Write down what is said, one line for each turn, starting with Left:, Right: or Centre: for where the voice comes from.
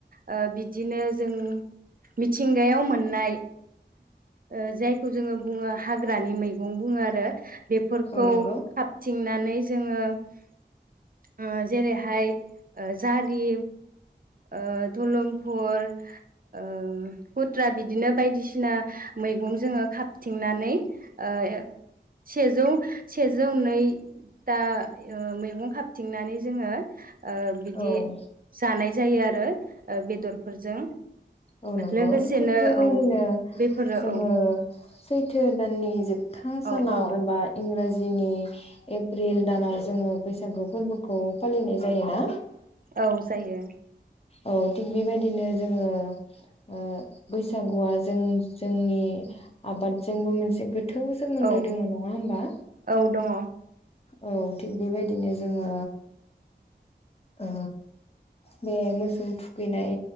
Right: ओ बिदिनो जों मिथिंगायाव मोननाय ओ जायखौ जोङो बुङो हाग्रानि मैगं बुङो आरो बेफोरखौ
Left: औ नंगौ
Right: थिंनानै जोङो ओ जेरैहाय जारि ओ दलंफुर ओ कुथ्रा बिदिनो बायदि सिना मैगं जोङो खााबथिंनानै ओ ए सेजौ सेजौ नै दा ओ मैगं खाबथिंनानै जोङो ओ बिदि
Left: औ
Right: जानाय आरो ओ बेदरफोरजों
Left: औ नंगौ
Right: लोगोसेनो
Left: थिग बेबायदिनो
Right: औ बेफोरो
Left: जोङो
Right: औ
Left: सैथो दाननि जोबथा
Right: औ
Left: सानाव
Right: औ
Left: एबा इंराज जोंनि एप्रिल दानाव जोङो बैसागु फोरबोखौ फालिनाय जायोना
Right: औ जायो
Left: औ थिग बेबायदिनो जोङो ओ बैसागुआ जों जोंनि आबादजोंबो मोनस जोगोद थौ सोमोन्दो
Right: औ
Left: दङ नङा होमबा
Right: औ दङ
Left: औ थिग बेबायदिनो जोङो ओ बे मोसौ थुखैनाय